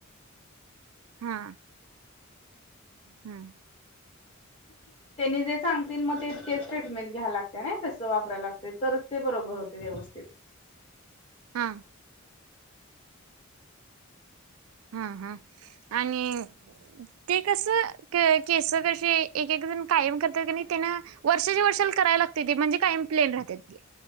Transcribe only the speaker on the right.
हा. हम्म.
हा. हा हा आणि ते कस केस क एक एक जण कायम करतात का नाही त्यांना वर्षाच्या वर्षाला कराय लागते ते म्हणजे कायम प्लेन राहतेाती.